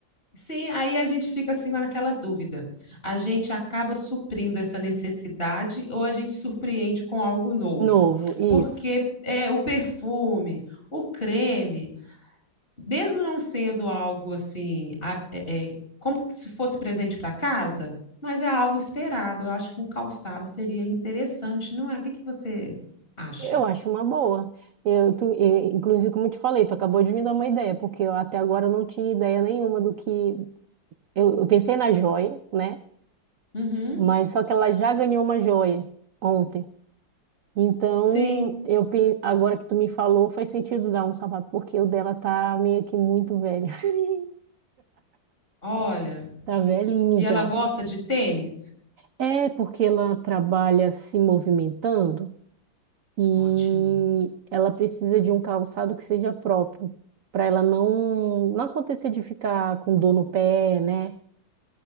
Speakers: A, on the left (about 30°); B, on the right (about 60°).
A: Sim, aí a gente fica assim lá naquela dúvida. A gente acaba suprindo essa necessidade ou a gente surpreende com algo novo?
B: Novo, isso.
A: Porque é, o perfume, o creme, mesmo não sendo algo assim, a- é- é, como se fosse presente para casa, mas é algo esperado. Eu acho que um calçado seria interessante, não é? O que que você acha?
B: Eu acho uma boa. Eu, tu, e- inclusive, como eu te falei, tu acabou de me dar uma ideia, porque eu até agora não tinha ideia nenhuma do que. Eu, eu pensei na joia, né?
A: Uhum,
B: Mas só que ela já ganhou uma joia ontem. Então,
A: sim,
B: eu pe- agora que tu me falou, faz sentido dar um sapato, porque o dela tá meio que muito velho. <laughs>
A: olha.
B: Tá velhinho
A: E
B: já.
A: ela gosta de tênis?
B: É porque ela trabalha se movimentando e
A: Ótimo.
B: ela precisa de um calçado que seja próprio, para ela não, não acontecer de ficar com dor no pé, né?